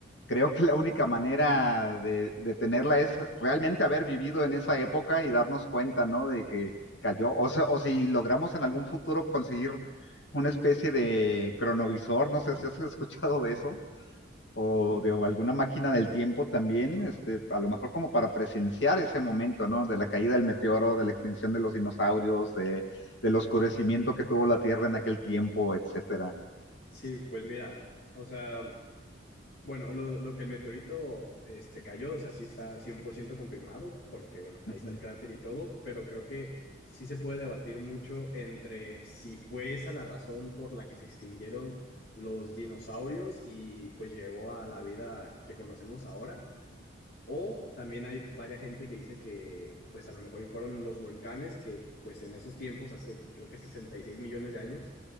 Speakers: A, on the left; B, on the left.
A: Creo que la única manera de, de tenerla es realmente haber vivido en esa época y darnos cuenta, ¿no? De que cayó, o, se- o si logramos en algún futuro conseguir una especie de cronovisor, no sé si has <laughs> escuchado de eso, o
B: Mm,
A: de o alguna máquina del tiempo también,
B: Ajá.
A: este, a lo mejor como para presenciar ese momento, ¿no? De la caída del meteoro, de la extinción de los dinosaurios, de, del oscurecimiento que tuvo la Tierra en aquel tiempo, etcétera.
B: Sí, pues mira, o sea, bueno, lo, lo que el meteorito este, cayó, o sea, sí está 100% confirmado, porque bueno, ahí
A: Ujú,
B: está el cráter y todo, pero creo que sí se puede debatir mucho entre si fue esa la razón por la que se extinguieron los dinosaurios y pues llevó a la vida que conocemos ahora, O también hay varias gente que dice que pues a lo mejor y fueron los volcanes que pues en esos tiempos, hace creo que 66 millones de años,